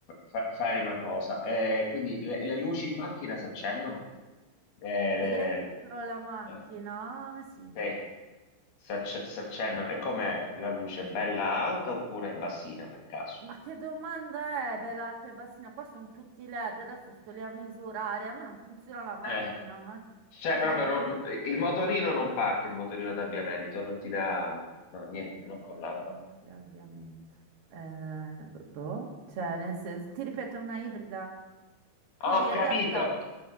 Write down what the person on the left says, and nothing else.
fa- fai una cosa, eh, quindi le, le luci in macchina si accendono? Eh,
le-
eh,
sì, si acc- si accendono. E com'è la luce? Bella alta oppure bassina per caso?
Eh,
cioè
proprio non- il motorino non parte, il motorino d'avviamento non ti dà, no, niente, non
collabora.
Ho
capito,